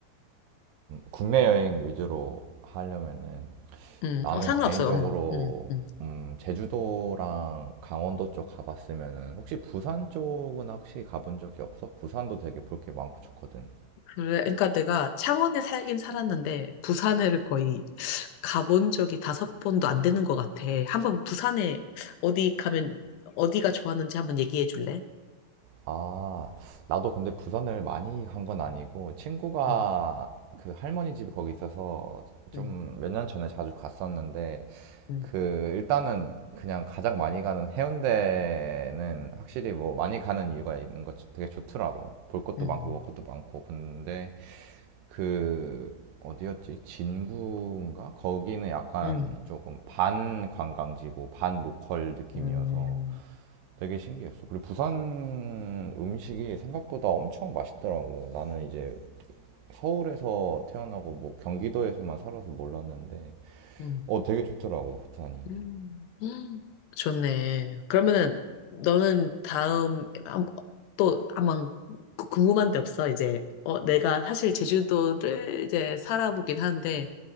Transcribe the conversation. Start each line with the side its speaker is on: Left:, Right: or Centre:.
Right: 국내 여행 위주로 하려면은
Left: 음,
Right: 나는
Left: 어, 상관없어.
Right: 개인적으로
Left: 음, 음, 음.
Right: 음, 제주도랑 강원도 쪽 가봤으면은 혹시 부산 쪽은 혹시 가본 적이 없어? 부산도 되게 볼 게 많고 좋거든.
Left: 그래, 그러니까 내가 창원에 살긴 살았는데, 부산을 거의 가본 적이 다섯 번도 안 되는 것 같아. 한번 부산에 어디 가면, 어디가 좋았는지 한번 얘기해 줄래?
Right: 아, 나도 근데 부산을 많이 간 건 아니고 친구가
Left: 음,
Right: 그 할머니 집이 거기 있어서 좀
Left: 음,
Right: 몇 년 전에 자주 갔었는데
Left: 음,
Right: 그 일단은 그냥 가장 많이 가는 해운대는 확실히 뭐 많이 가는 이유가 있는 것 되게 좋더라고. 볼 것도
Left: 음,
Right: 많고 먹을 것도 많고. 근데 그 어디였지? 진구인가? 거기는 약간
Left: 음,
Right: 조금 반 관광지고 반 로컬 느낌이어서
Left: 음,
Right: 되게 신기했어. 그리고 부산 음식이 생각보다 엄청 맛있더라고. 나는 이제 서울에서 태어나고 뭐 경기도에서만 살아서 몰랐는데
Left: 음.
Right: 어 되게 좋더라고 부산이.
Left: 음, 음, 좋네. 그러면은 너는 다음 한- 또 아마 구- 궁금한 데 없어? 이제 어 내가 사실 제주도를 이제 살아보긴 하는데